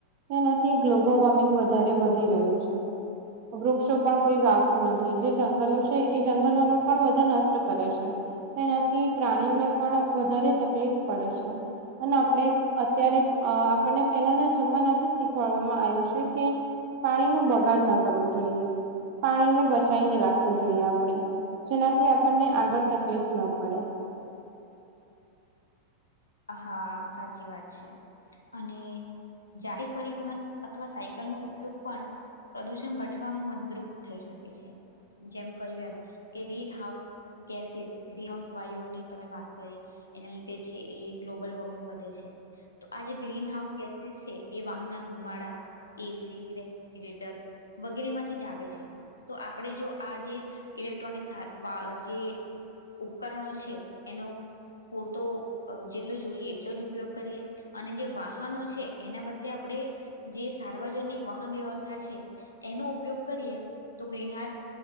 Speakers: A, on the right (about 45°); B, on the left (about 75°).
A: તેનાથી ગ્લોબલ વોર્મિંગ વધારે વધી રહ્યું છે વૃક્ષો પણ કોઈ વાવતું નથી જે જંગલો છે એ જંગલો નો પણ બધા નષ્ટ કરે છે એનાથી પ્રાણીઓને પણ વધારે તકલીફ પડે છે અને આપણે અત્યારે અ આપણને પહેલાના જમાના થી શીખવાડવામાં આવ્યું છે. કે પાણી નો બગાડ ન કરવો જોઈએ. પાણીને બચાઇને રાખવું જોઈએ આપણે. જેનાથી આપણને આગળ તકલીફ ના પડે.
B: હા સાચી વાત છે. અને જાહેર પરિવહન અથવા સાયકલનો ઉપયોગ પણ પ્રદૂષણ ઘટવામાં મદરૂપ થઈ શકે છે. જેમ કહ્યું એમ કે ગ્રીનહાઉસ ગેસીસ ગ્રીનહાઉસ વાયુ ની તમે વાત કરી. એના લીધે છે એ ગ્લોબલ વોર્મિંગ વધે છે. તો આ જે ગ્રીન હાઉસ ગ છે એ વાનોના ધુમાડા એસી રેફ્રિજરેટર વગેરે માંથી જ આવે છે. તો આપણેે જો આ જે ઇલેક્ટ્રોનિક જે ઉપકરણો છે એનો પૂરતો જેટલો જોઈએ એટલો જ ઉપયોગ કરીએ અને જે વાહનો છે એના બદલે આપણે જે સાર વાહન વ્યવસ્થા છે. એનો ઉપયોગ કરીએ તો ગ્રીન હાઉસ